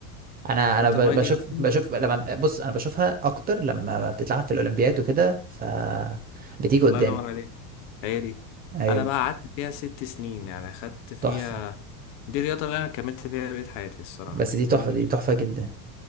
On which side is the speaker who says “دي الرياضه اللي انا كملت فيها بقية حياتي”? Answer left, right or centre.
Left